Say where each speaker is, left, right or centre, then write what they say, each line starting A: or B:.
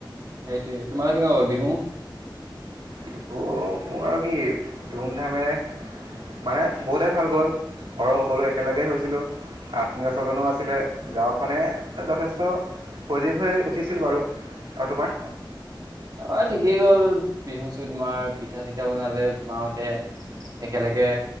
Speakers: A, on the right; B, on the right.
A: সেইটোয়ে, তোমালোক কেনেকুৱা হ'ল বিহু?
B: বিহু মোৰ আৰু কি ধুম ধামেৰে। মানে বহুতে ভাল গ'ল। ঘৰৰ সকলো একেলগে হৈছিলো। আত্মীয় স্বজনো আছিলে। গাঁওখনে যথেষ্ট পজিভ হৈ উঠিছ আ ছিল বাৰু আৰু তোমাৰ
A: অ অ ঠিকেই গ'ল বিহু চো তোমাৰ, পিঠা চিঠা বনালে, মাহতে একেলগে